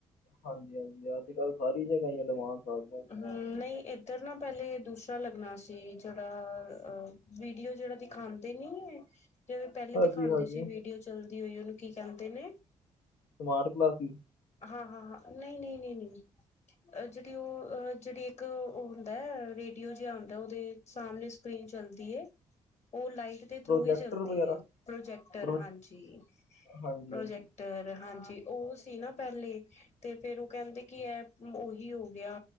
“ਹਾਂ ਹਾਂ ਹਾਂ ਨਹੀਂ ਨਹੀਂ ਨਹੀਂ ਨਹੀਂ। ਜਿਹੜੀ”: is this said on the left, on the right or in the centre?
Left